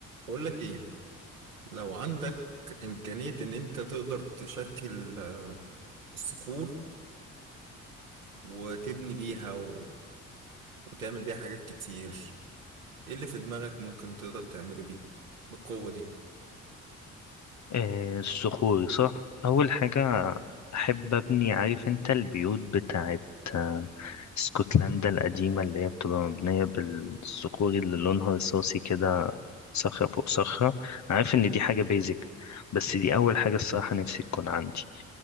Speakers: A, on the right; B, on the left.
A: بقول لك ايه لو عندك امكانية ان انت تقدر تشكل الصخور وتبني بيها و... وتعمل بيها حاجات كتير ايه اللي في دماغك ممكن تقدر تعمله بيه بالقوة دي
B: آه، الصخور صح أول حاجة أحب أبني عارف أنت البيوت بتاعت آه، اسكتلندا القديمة اللي هي بتبقى مبنية بالصخور اللي لونها رصاصي كده صخرة فوق صخرة عارف إن دي حاجة بيزك بس دي أول حاجة الصراحة نفسي تكون عندي